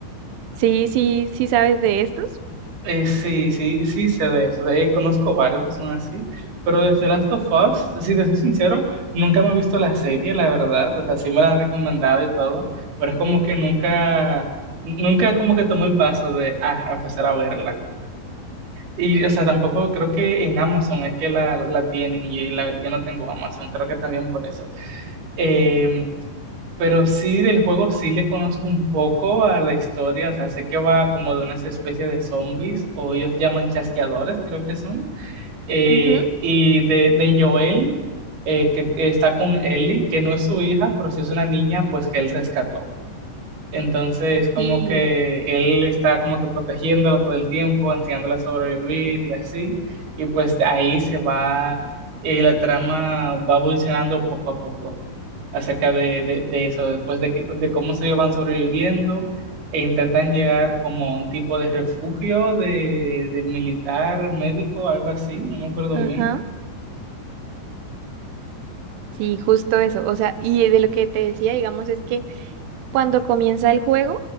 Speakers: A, on the right; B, on the right.
A: Sí, sí, sí sabes de estos.
B: Eh, sí, sí, sí sé de eso. Eh, conozco varios que son así, pero desde Last of Us, si te soy sincero, nunca me he visto la serie, la verdad. O sea, sí me la han recomendado y todo, pero es como que nunca, nunca como que tomé el paso de, ah, a empezar a verla. Y, o sea, tampoco creo que en Amazon es que la, la tienen y yo, la- yo no tengo Amazon, creo que también por eso. Em, pero sí, del juego sí le conozco un poco a la historia, o sea, sé que va como de unas especies de zombies, o ellos llaman chasqueadores, creo que son, eh,
A: Ujú,
B: y de, de Joel, eh, que está con Ellie, que no es su hija, pero sí es una niña, pues que él rescató. Entonces, como
A: Y,
B: que él está como que protegiéndola todo el tiempo, enseñándola a sobrevivir y así, y pues ahí se va, eh, la trama va evolucionando poco a poco acerca de, de, de eso, pues de, que, de cómo ellos van sobreviviendo e intentan llegar como a un tipo de refugio de, de militar, médico, algo así, no me acuerdo
A: ajá,
B: bien.
A: sí, justo eso. O sea, y de lo que te decía, digamos, es que cuando comienza el juego,